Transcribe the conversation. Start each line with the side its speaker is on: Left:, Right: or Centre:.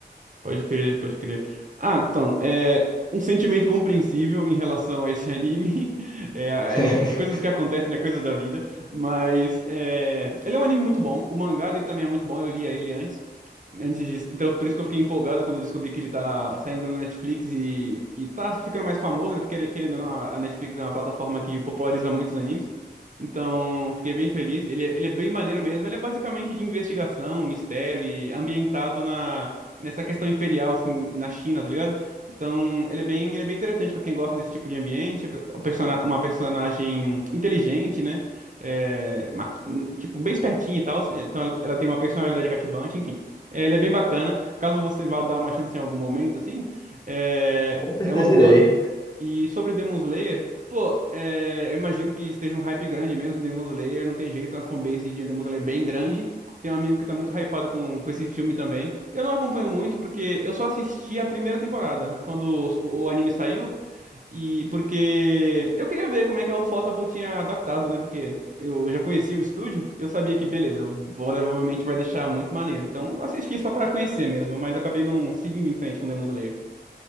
Right: Pode crer, pode crer. Ah, então, é um sentimento compreensível em relação a esse anime. <laughs> É,
Left: <laughs>
Right: é, coisas que acontecem, né? Coisas da vida. Mas é, ele é um anime muito bom. O mangá dele também é muito bom. Eu lia ele antes, antes disso. Então, por isso que eu fiquei empolgado quando eu descobri que ele tá saindo na Netflix e, e tá ficando mais famoso, né? Porque, querendo ou não, a Netflix é uma plataforma que populariza muitos animes. Então, eu fiquei bem feliz. Ele, é- ele é bem maneiro mesmo. Ele é basicamente de investigação, mistério e ambientado na nessa questão imperial, assim, na China, tá ligado? Então, ele é bem, ele é bem interessante pra quem gosta desse tipo de ambiente, pra- o persona- uma personagem inteligente, né? É, ma- tipo, bem espertinha e tal. Então, ela, ela tem uma personalidade cativante, enfim. É, ele é bem bacana. Caso você vá dar uma chance em algum momento, assim, é,
Left: Com
Right: é
Left: certeza
Right: uma boa.
Left: irei.
Right: E sobre Demon Slayer, pô, é, eu imagino que esteja um hype grande mesmo, Demon Slayer, não tem jeito, a fanbase de Demon Slayer é bem grande. Tem um amigo que tá muito hypado com, com esse filme também. Eu não acompanho muito porque eu só assisti a primeira temporada, quando o, o anime saiu, e porque eu queria ver como é que o Photable tinha adaptado, né? Porque eu já conhecia o estúdio, eu sabia que, beleza, provavelmente vai deixar muito maneiro. Então eu assisti só pra conhecer mesmo, mas acabei não seguindo em frente com Demon Slayer.